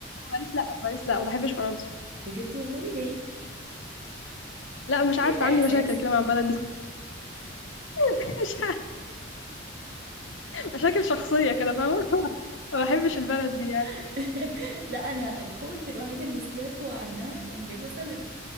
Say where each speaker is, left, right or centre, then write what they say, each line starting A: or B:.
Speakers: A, on the left; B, on the right.
A: باريس لا باريس لا ما بحبش فرنسا
B: بجد والله ليه
A: لا مش
B: يعني
A: عارفه
B: ده
A: عندي
B: احساس
A: مشاكل كده مع البلد دي <laughs> مش عارفة. مشاكل شخصيه كده فاهمه ما بحبش البلد دي يعني
B: <laughs> لا انا الكومنت الوحيد اللي سمعته عنها ان مثلا